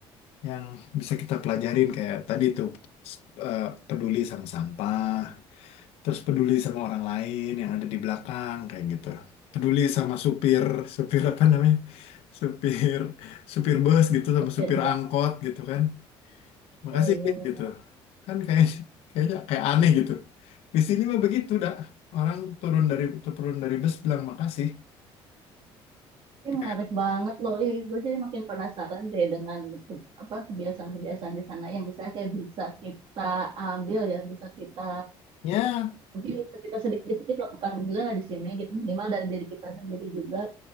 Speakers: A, on the left; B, on the right.
A: yang bisa kita pelajarin kayak tadi tuh s- eh, peduli sama sampah, terus peduli sama orang lain yang ada di belakang kayak gitu. Peduli sama supir, supir apa namanya? Supir supir bus gitu sama
B: Supir
A: supir
B: bangga,
A: angkot gitu kan makasih
B: iya benar.
A: gitu kan kayak kayaknya kayak aneh gitu di sini mah begitu dah orang turun dari turun dari bus bilang makasih
B: Ini
A: kayak
B: menarik banget loh. Ih, gue jadi makin penasaran deh dengan ke- apa kebiasaan-kebiasaan di sana yang misalnya kayak bisa kita ambil ya, bisa kita
A: ya
B: mungkin bisa kita sedikit-sedikit lakukan juga lah di sini gitu. Minimal dari diri kita sendiri juga.